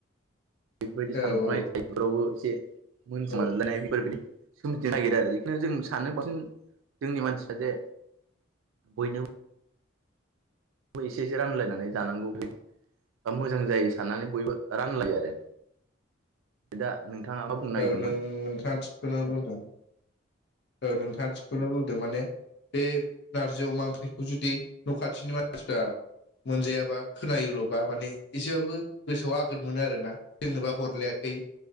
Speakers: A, on the right; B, on the left.
A: बेफोरबादि साननाय
B: औ औ
A: थाइयोफोरावबो एसे <unintelligible> <unintelligible>
B: औ
A: सोमजिनो नागिरो आरो इखनो जों सानो बांसिन जोंनि मानसिया जे बयनोबो एसे एसे रानलायनानै जानांगौ बे बा मोजां जायो साननानै बयबो रानलायो आरो दा नोंथाङा मा बुंनो
B: औ
A: नागिरदोंमोन
B: नों नोंथाङा थिगखौनो बुंदों। औ नोंथाङा थिखौनो बुंदों ।माने बे नारजि अमा ओंख्रिखौ जुदि न खाथिनि मानसिफ्रा मोनजायाबा खोनायोल'बा माने एसेबाबो गोसोआव आगोद मोनो आरोना दोंनोबा हरलायाखै